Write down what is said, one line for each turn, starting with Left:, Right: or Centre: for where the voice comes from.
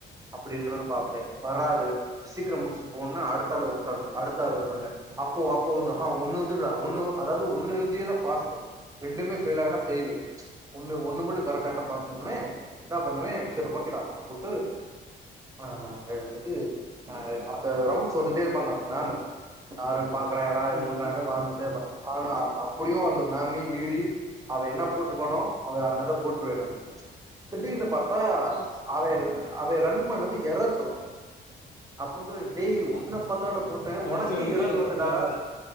Right: அப்டின்றது பாப்பே வராது சீக்கிரோ முடிச்சுட்டு போன்னா அடுத்தாள உக்காற அடுத்த ஆள் வருவாங்க அப்போ அப்போ வந்து ஒன்னு வந்துர்க்டா ஒன்னு அதாது ஒன்னு எழுதிட்டினா பாசு ரெண்டுமே ஃபெயிலானா ஃபெயிலு ஒன்னு ஒன்னு மட்டு கரெக்டானா பாஸ்னோன்னே என்ன பன்வே சரி ஓகேடா அப்புன்ட்டு ஆ ஆ இது ஆ அந்த ரவுண்ட்ஸ் வந்தட்டே இருப்பாங்க அந்த மமு யாரு பாக்றாங்லா இது
Left: ம்
Right: பண்றாங்ளா
Left: இ
Right: பாத்துகிட்டே இருப்ப ஆனா அப்டியு அந்த மமியு மீறி அவ என்ன போட்ருக்கானோ அவ அந்த இத போட்ருவே நானு திடீர்னு பா தா
Left: ஆ
Right: அவ அவ ரன் பன்னது எரர் ப்ரோ அப்பன்டு டேய்
Left: ஆ
Right: ஒன்ன பாத்தாண்டா போட்ட
Left: படிச்சவனுக்கே
Right: ஒனக்கே ஏரர்
Left: எ
Right: வருதடா
Left: எரர் தா